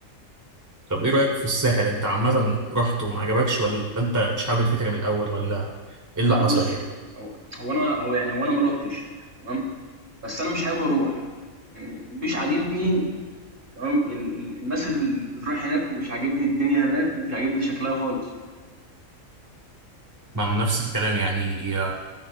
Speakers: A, on the right (about 15°); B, on the right (about 40°).
A: طب ايه رأيك في الساحل انت عامة رحت وما عجبكش ولا انت مش حابب الفكرة من الاول ولا ايه
B: لا
A: اللي حصل
B: بص
A: يعني
B: هو هو أنا هو يعني هو أنا ما روحتش تمام بس أنا مش حابب أروح يعني مش عاجبني تمام ال ال الناس اللي بتروح هناك ومش عاجبني الدنيا هناك ومش عاجبني شكلها خالص
A: ما انا نفس الكلام يعني آه،